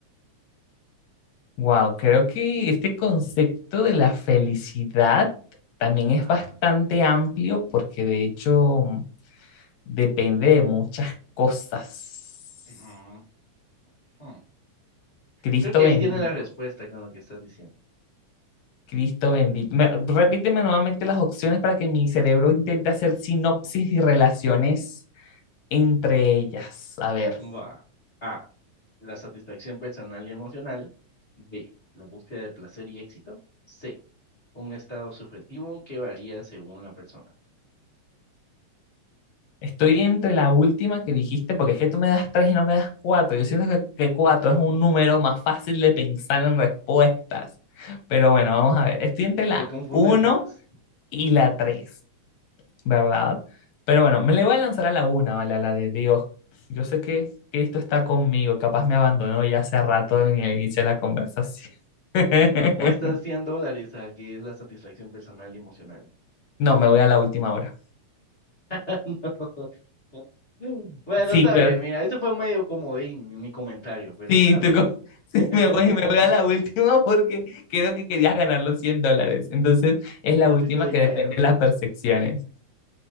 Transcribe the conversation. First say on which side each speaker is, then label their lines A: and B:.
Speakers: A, on the left; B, on the left.
A: Wow, creo que este concepto de la felicidad también es
B: Ajá.
A: bastante amplio porque de hecho depende de muchas cosas.
B: Ujú. Hmm.
A: Cristo
B: Creo que
A: bendito,
B: ahí tiene la respuesta con lo que estás diciendo.
A: Cristo bendito. Me- repíteme nuevamente las opciones para que mi cerebro intente hacer sinopsis y relaciones entre ellas. A ver.
B: Va. A, la satisfacción personal y emocional. B, la búsqueda de placer y éxito. C, Un estado subjetivo que varía según la persona.
A: Estoy entre la última que dijiste, porque es que tú me das tres y no me das cuatro. Yo siento que, que cuatro
B: <laughs>
A: es un número más fácil de pensar en respuestas. Pero bueno, vamos a ver. Estoy entre la
B: Te confundes
A: uno
B: más.
A: y la tres, ¿verdad? Pero bueno, me le voy a lanzar a la una, ¿vale? A la de Dios. Yo sé que Cristo está conmigo, capaz me abandonó ya hace rato en el inicio de la conversación. <laughs>
B: Apuestas cien dólares a que es la satisfacción personal y emocional.
A: No, me voy a la última hora.
B: <laughs> No. Bueno,
A: Sí,
B: está
A: claro.
B: bien, mira, eso fue medio comodín en mi comentario, pero
A: Sí,
B: está bien.
A: tú co- <laughs> sí,
B: <laughs>
A: me voy, me voy a la última porque creo que querías ganar los 100 dólares. Entonces, es
B: Necesito
A: la última
B: dinero.
A: que depende de las percepciones.